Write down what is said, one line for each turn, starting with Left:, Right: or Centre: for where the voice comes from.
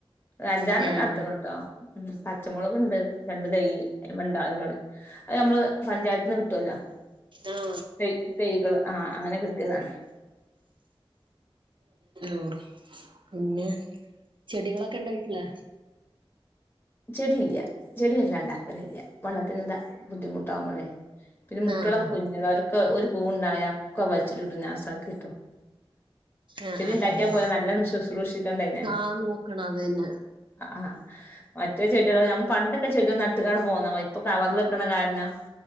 Left: ഒര് അഞ്ചാറണ്ണംക്കറുത്ത്ക്ണ്
Right: ആഹ്
Left: ട്ടോ ഉം പച്ചമുളക് ഉണ്ട്. രണ്ട് തൈയ് അയ്‌മ്മണ്ടാവല് <unintelligible> അ യമ്മള്. പഞ്ചായത്തിന്ന് കിട്ടുല്ലോ.
Right: ആഹ് ആഹ്
Left: തെയ് തെയ്കള് ആ അങ്ങനെ കിട്ടിയതാണ്.
Right: ആഹ് പിന്നെ. ചെടികളൊക്കെ ഇണ്ടോ വീട്ടില്.
Left: ചെടി ഇല്ല ചെടി വല്ലാതെ ഉണ്ടാക്കലില്ല. വള്ളത്തിന് ന്താ ബുദ്ധിമുട്ടാവുംമ്പ ളേ പിന്നെ മുട്ട
Right: ആഹ്
Left: <unintelligible> കുഞ്ഞ <unintelligible> ക്കെ ഒരു പൂണ്ടായ ഒക്കെ വൽച്ചിട്ട്ട്ടും നാസാക്കിട്ടും
Right: ആഹ്
Left: ചെടി
Right: ആഹ്
Left: ഇണ്ടാക്കിയാ
Right: ആഹ്
Left: പോരാ നല്ലണം ശുശ്രൂഷിക്കണ്ടേ അയ്നെ
Right: ആഹ് നോക്കണം അത് തന്നെ
Left: ആ മറ്റേ ചെടികള് ഞാൻ പണ്ട <unintelligible> ചെടി നട്ടുകാണ് പോന്ന ഇപ്പൊ കവറിനിൽക്കണ <unintelligible>